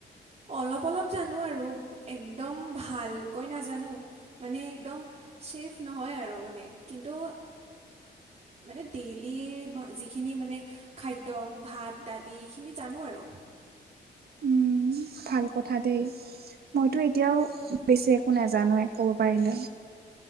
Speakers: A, on the right; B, on the right.
A: অলপ অলপ জানো আৰু একদম ভালকৈ নাজানো। মানে একদম ছেফ নহয় আৰু মানে কিন্তু। মানে ডেইলি যিখিনি মানে খাদ্য ভাত দালি এইখিনি জানো আৰু।
B: উম, ভাল কথা দেই। মইতো এতিয়াও বেছি একো নাজানোৱে ক'ব পাৰিলে।